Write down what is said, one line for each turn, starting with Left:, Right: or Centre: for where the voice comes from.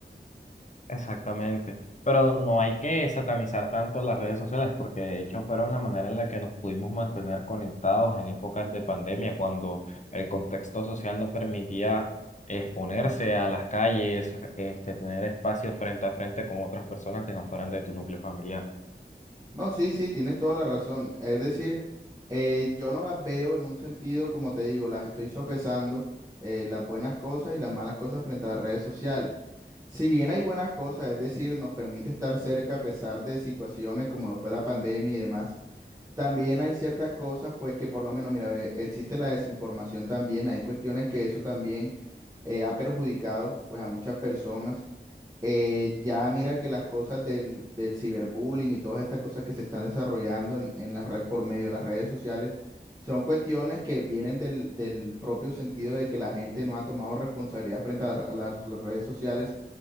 Left: Exactamente. Pero no hay que satanizar tanto las redes sociales porque de hecho fueron la manera en la que nos pudimos mantener conectados en épocas de pandemia, cuando el contexto social no permitía exponerse a las calles, este, tener espacios frente a frente con otras personas que no fueran de tu núcleo familiar.
Right: No, sí, sí, tienes toda la razón. Es decir, eh, yo no las veo en un sentido, como te digo, las estoy sopesando, eh, las buenas cosas y las malas cosas frente a las redes sociales. Si bien hay buenas cosas, es decir, nos permite estar cerca a pesar de situaciones como lo fue la pandemia y demás, también hay ciertas cosas, pues que por lo menos, mira, ve, existe la desinformación también, hay cuestiones que eso también eh, ha perjudicado, pues a muchas personas eh, ya mira que las cosas del, del ciberbullying y todas estas cosas que se están desarrollando en, en la red por medio de las redes sociales son cuestiones que vienen del, del propio sentido de que la gente no ha tomado responsabilidad frente a, la- a las, las redes sociales.